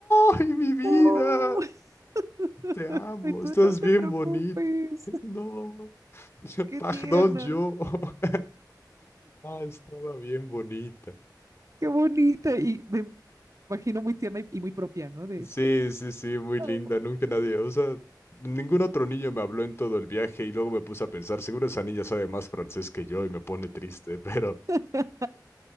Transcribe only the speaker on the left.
¡ay, mi vida!
Te amo,
estás
bien
bonita. <laughs> No, yo-
perdón,
yo. <laughs> Ah, estaba bien bonita.
Sí, sí, sí, muy linda.
Nunca nadie, o sea, ningún otro niño me habló en todo el viaje y luego me puse a pensar, seguro esa niña sabe más francés que yo y me pone triste, <laughs> pero,